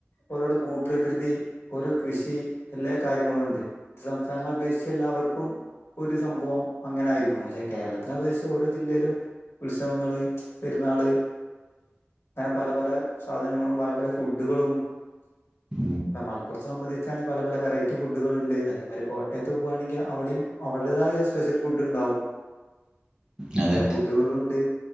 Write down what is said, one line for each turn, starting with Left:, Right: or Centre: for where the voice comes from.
Left: ഓരോടെ ഭൂപ്രകൃതി ഓരോ കൃഷി എല്ലാ കാര്യങ്ങളും ഉണ്ട്. മറ്റു സംസ്ഥാനങ്ങളെ അപേക്ഷിച്ചിള്ള. എല്ലാവർക്കും. ഇപ്പം ഒരു സംഭവം അങ്ങനായിരിക്കും. പക്ഷെ കേരളത്തിനെ അപേക്ഷിച്ച് ഓരോ ജില്ലയിലും ഉത്സവങ്ങള് വരും. നാള്,
Right: <inaudible>
Left: അങ്ങനെ പല പല സാധനങ്ങളും പല പല ഫുഡുകളും.
Right: <inaudible>
Left: ഇപ്പ മലപ്പുറത്തെ സംബന്ധിച്ചാണ് പല പല വെറൈറ്റി ഫുഡുകളുണ്ട്. അതേമാതിരി കോട്ടയത്ത് പോവാണെങ്കിൽ അവിടെയും. വരിടായ ഒരു സ്പെഷ്യൽ ഫുഡ്ണ്ടാവും.
Right: <inaudible> അതെ
Left: പല ഫുഡുകളുണ്ട്.